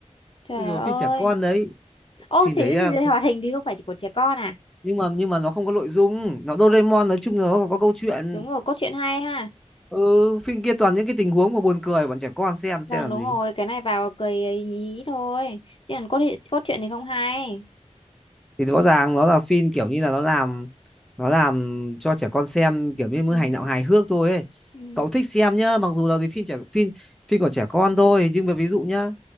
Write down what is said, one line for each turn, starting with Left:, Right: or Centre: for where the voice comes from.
Left: trời
Centre: ui dồi
Left: ơi
Centre: phim trẻ con đấy
Left: ô
Centre: phim
Left: thế
Centre: đấy à,
Left: thì thì hoạt hình thì không phải chỉ của trẻ con à
Centre: nhưng mà nhưng mà nó không có nội dung nó Doraemon nói chung là nó có câu chuyện
Left: đúng rồi cốt truyện hay ha
Centre: ừ, phim kia toàn những cái tình huống mà buồn cười bọn trẻ con xem xem
Left: vâng
Centre: làm
Left: đúng
Centre: gì
Left: rồi cái này vào cười hí hí thôi chứ còn cốt truyện- cốt truyện thì không hay
Centre: thì rõ ràng nó là phim kiểu như là nó làm nó làm cho trẻ con xem kiểu như mới
Left: ừ
Centre: hành động hài hước thôi ấy
Left: ừ
Centre: cậu thích xem nhá mặc dù là cái phim trẻ phim phim của trẻ con thôi nhưng mà ví dụ nhá